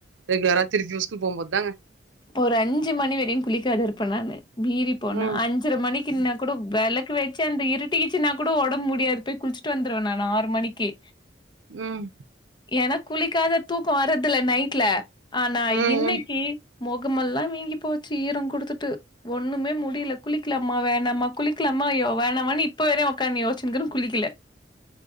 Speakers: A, on the right; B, on the left.
A: ரெகுலரா திருப்பியு ஸ்கூல் போம்போது தாங்க
B: ஒரு அஞ்சு மணி வரையு குளிக்காதிருப்பே நானு மீறி போனா
A: ம்
B: அஞ் அஞ்சர மணிக்குனா கூடா வெளக்கு வெச்சு அந்த இருட்டிகிச்சு கூடா ஒடம்பு முடியாது போய் குளிச்சுட்டு வந்துருவே நானு ஆறு மணிக்கி
A: ம்
B: எனக் குளிக்காத தூக்கோ வரதுல்ல நைட்ல ஆனா
A: ம்
B: இன்னைக்கி
A: ம்
B: மொகமெல்லா வீங்கி போச்சு ஈர குடுத்துட்டு ஒண்ணுமே முடியல குளிக்கலாமா வேணாமா குளிக்கலாமா யோ வேணாமான்னு இப்ப வர்ற உட்கானு யோச்சிட்டு இருக்கே குளிக்கல